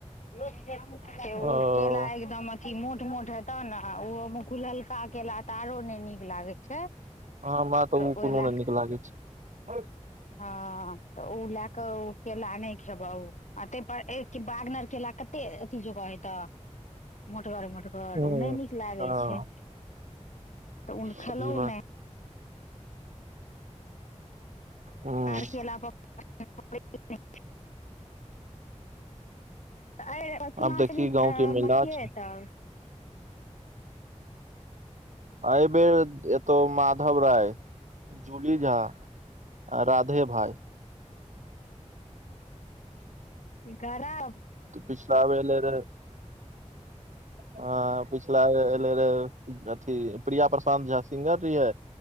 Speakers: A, on the left; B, on the right.
A: लोक खेतैइ, से
B: ओ
A: ऊ केला एकदम थी मोट मोट हेतो न, आ ओ मुहखुललका केेला त आरो ने नीक लागे छै।
B: हमा तऽ ऊं
A: ओहि
B: कोनो
A: लए
B: नै नीक
A: कऽ
B: लागै छै।
A: हँ तऽ उ लऽ कऽ ओ केला नय खेबऽ उ, तईपर एक बागनर केला कतेक अथी जकाँ हेतऽ? मोटगर मोटगर
B: हूँ
A: ओ नै नीक लागै
B: हँ
A: छै। तऽ उन खेलौ
B: सही बात
A: नै।
B: ह
A: और केला पड़ <inaudible> <inaudible> त आईए पटना
B: आब देखी
A: से भी
B: गाँव
A: अ
B: के मेला
A: मथिएऽ
B: छै
A: ऐतौ।
B: अइ बेर ए-एतौ माधव राय। जूली झा, आ राधे भाई।
A: सीकाबराब
B: त पिछिला वेर एलेरै अऽ पिछला बेर एले रहे अथी प्रिया प्रशांत झा सिंगर रिए।